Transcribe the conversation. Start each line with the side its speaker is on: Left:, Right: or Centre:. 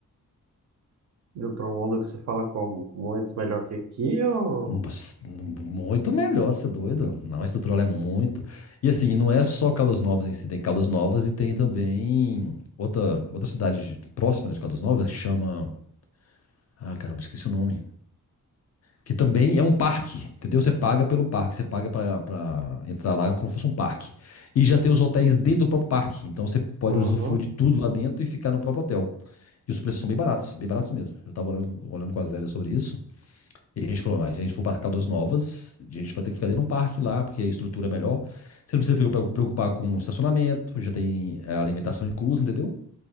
Right: De outro mundo que se fala como? Muito melhor que aqui ou.
Left: Mas, Muito melhor, você é doido? Não, a estrutura lá é muito. E assim, não é só Caldas Novas em si, tem Caldas Novas e tem também outra, outra cidade de- próxima né, de Caldas Novas que chama. Ah, caramba, esqueci o nome. Que também é um parque, entendeu? Você paga pelo parque, você paga pra pra entrar lá como se fosse um parque. E já tem os hotéis dentro do próprio parque, então você pode
Right: Uhum.
Left: usufruir de tudo lá dentro e ficar no próprio hotel. E os preços são bem baratos, bem baratos mesmo. Eu tava olhando, olhando com a Zélia sobre isso, e a gente falou: "Não, se a gente for para Caldas Novas, a gente vai ter que ficar dentro de um parque lá, porque a estrutura é melhor. Você não precisa ficar pre- preocupar com estacionamento, já tem é, alimentação inclusa, entendeu?